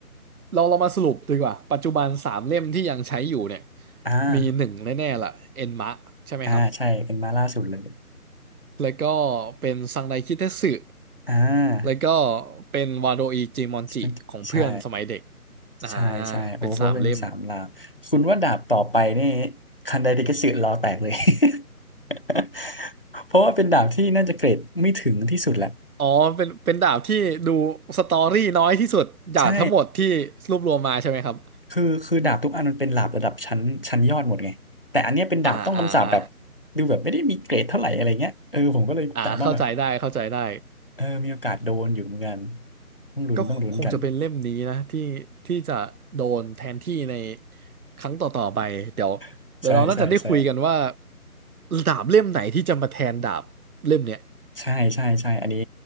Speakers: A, on the right (about 70°); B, on the left (about 40°).
A: เราเรามาสรุปดีกว่าปัจจุบันสามเล่มที่ยังใช้อยู่เนี่ย
B: อ่า
A: มีหนึ่งแน่ๆล่ะเอ็นมะใช่ไหมครับ
B: อ่าใช่เป็นมาล่าสุดเลย
A: แล้วก็เป็นซังไดคิเทสึ
B: อ่า
A: แล้วก็เป็นวาโดอิจิมอนจิของเพื่อนสมัยเด็ก
B: ใช่ใช่
A: อ่า
B: ใช่โอ้ก็เป็นสามลาวคุณว่าดาบต่อไปนี่
A: เป็นสามเล่ม
B: คันไดเดกิสึล้อแตกเลย <laughs> เพราะว่าเป็นดาบที่น่าจะเกรดไม่ถึงที่สุดแหละ
A: อ๋อเป็นเป็นดาบที่ดูสตอรี่น้อยที่สุดจากทั้งหมดที่รวบรวมมาใช่ไหมครับ
B: ใช่ คือคือดาบทุกอันมันเป็นดาบระดับชั้นชั้นยอดหมดไงแต่อันเนี้ยเป็นดาบต้องคำสาปแบบ
A: อ่าอ่าอ่า
B: ดูแบบไม่ได้มีเกรดเท่าไหร่อะไรเงี้ยเออผมก็เลยถามว่าแบบ
A: อ่าเข้าใจได้เข้าใจได้
B: เออมีโอกาสโดนอยู่เหมือนกันต้องลุ้นต้องลุ้นกัน
A: ก็คงจะเป็นเล่มนี้นะที่ที่จะโดนแทนที่ในครั้งต่อๆไป เดี๋ยว
B: <laughs>
A: เดี๋ยวเราน่าจะได้คุยกันว่า
B: ใช่ใช่ใช่
A: ดาบเล่มไหนที่จะมาแทนดาบเล่มเนี้ย
B: ใช่ใช่ใช่อันนี้